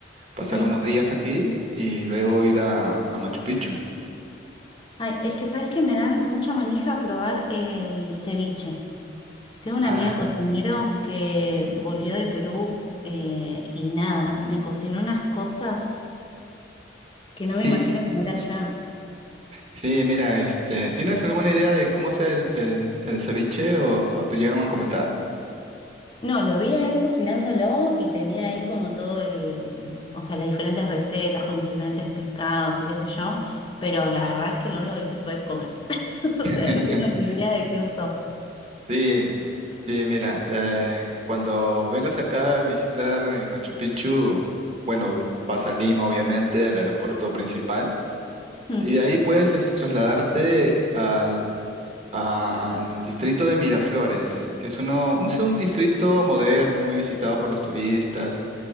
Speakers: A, on the right; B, on the left.
A: pasar
B: sí.
A: unos días aquí y luego ir a, a Machu Picchu.
B: Ay, es que sabes que me dan mucha manija probar el ceviche. Tengo un
A: Ah,
B: amigo cocinero que volvió de Perú eh, y nada, me cocinó unas cosas que no
A: sí,
B: me imagino comer allá.
A: sí, mira, este, ¿tienes alguna idea de cómo es el, el, el ceviche o, o te llegaron a comentar?
B: No, lo vi a él cocinándolo y tenía ahí como todo el, o sea, las diferentes recetas con los diferentes pescados y qué sé yo, pero la verdad es que lo único que hice fue comer. <laughs>
A: <laughs>
B: O sea, no tengo ni idea de qué usó.
A: Sí, sí, mira, eh, cuando vengas acá a visitar eh, Machu Picchu, bueno, vas a Lima, obviamente, al aeropuerto principal.
B: Mm.
A: Y de ahí puedes es, trasladarte al, al distrito de Miraflores, que es uno, un, es un distrito moderno, muy visitado por los turistas.